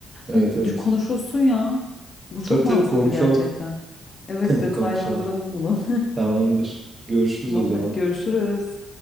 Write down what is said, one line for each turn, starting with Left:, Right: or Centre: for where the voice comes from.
Right: Evet
Left: Bu dü-
Right: evet.
Left: konuşulsun ya. Bu çok
Right: Tabii tabii
Left: mantıklı
Right: konuşalım.
Left: gerçekten. Evet
Right: <laughs>
Left: detaylandıralım
Right: Konuşalım.
Left: bunu.
Right: Tamamdır. Görüşürüz
Left: <laughs> Tamam
Right: o zaman.
Left: hadi görüşürüz.